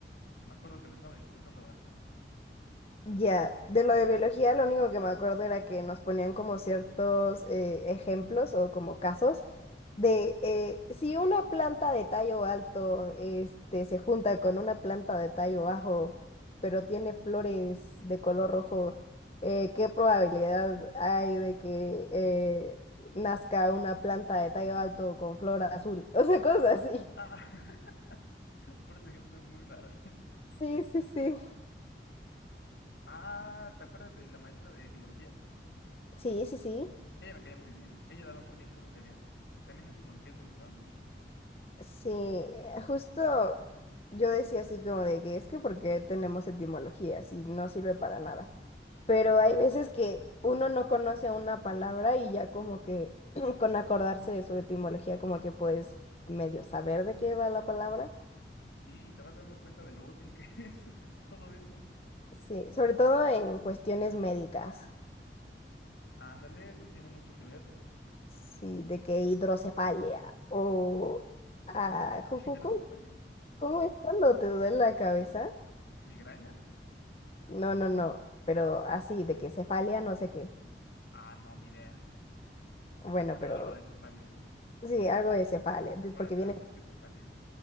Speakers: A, on the left; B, on the left.
A: Me acuerdo que lo estaba disfrutando bastante.
B: Ya, de lo de biología, lo único que me acuerdo era que nos ponían como ciertos eh, ejemplos o como casos de eh, si una planta de tallo alto este, se junta con una planta de tallo bajo, pero tiene flores de color rojo, eh, ¿qué probabilidad hay de que eh, nazca una planta de tallo alto con flor azul? <laughs> O sea, cosas así.
A: Ah, <laughs> puros ejemplos muy raros. <laughs>
B: Sí, sí, sí.
A: Ah, ¿te acuerdas de la maestra de etimologías?
B: Sí, sí, sí.
A: Ella me caía muy bien, ella daba muy bien su materia. También etimologías me gustaba mucho.
B: Sí, eh, justo yo decía así como de que es que porque tenemos etimología, si no sirve para nada. Pero hay veces que uno no conoce una palabra y ya como que <clears throat> con acordarse de su etimología como que puedes medio saber de qué va la palabra.
A: Sí, te vas dando cuenta de lo útil que <laughs> es todo eso.
B: Sí, sobre todo en cuestiones médicas,
A: Ándale, eso tiene mucho que ver.
B: sí, de que hidrocefalia o ah, cu-
A: <laughs> Hidrocefalia.
B: cu- cu- ¿cómo es cuando te duele la cabeza?
A: ¿Migraña?
B: No, no, no, pero así, de que cefalia no sé qué.
A: Ah, no, ni idea.
B: Bueno,
A: Pero
B: pero
A: algo de cefalia.
B: sí, algo de cefale, de-
A: Ahora
B: porque
A: sabemos
B: viene,
A: que es cefalia.